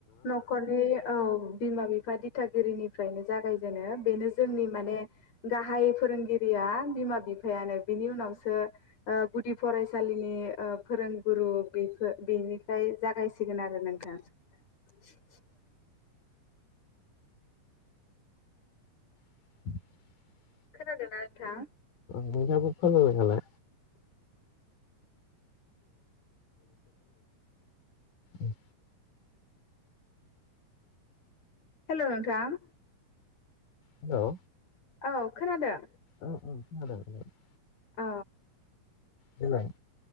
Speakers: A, on the left; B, on the left.
A: न'खरनि औ बिमा बिफा दिथागिरिनिफ्रायनो जागायजेनो। बेनो जोंनि माने गाहाय फोरोंगिरिया बिमा बिफायानो बिनि उनावसो ओ गुदि फरायसालिनि ओ फोरोंगुरु बिफो बिनिफ्राय जागायस सिगोन आरो नोंथां। सिखा।
B: <inaudible>
A: खोनादोना नोंथां?
B: मैथाखौ फोबोबायनालाय। <inaudible>
A: हेलौ' नोंथां?
B: हेलौ।
A: औ खोनादों।
B: औ औ खोनादों नोंथां।
A: औ।
B: देलाय-